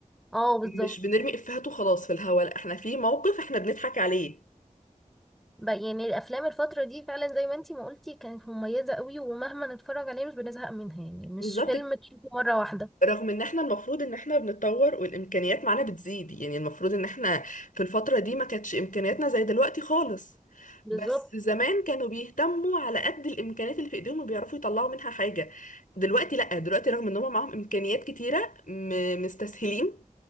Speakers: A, in the centre; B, on the left.
A: اه بالظبط
B: مش بنرمي افيهات وخلاص في الهوا لا احنا في موقف احنا بنضحك عليه
A: ب- يعني الافلام الفتره دي فعلا زي ما انتي ما قلتي كانت مميزه قوي ومهما نتفرج عليه مش بنزهق منها يعني مش
B: بالظبط
A: فيلم
B: كده.
A: تشوفه مره واحده
B: رغم ان احنا المفروض ان احنا بنتطور والامكانيات معانا بتزيد يعني المفروض ان احنا في الفترة دي ما كانتش امكانياتنا زي دلوقتي خالص
A: بالظبط
B: بس زمان كانوا بيهتموا على قد الامكانيات اللي في ايديهم وبيعرفوا يطلعوا منها حاجة دلوقتي لا دلوقتي رغم ان هم معاهم امكانيات كتيرة م- مستسهلين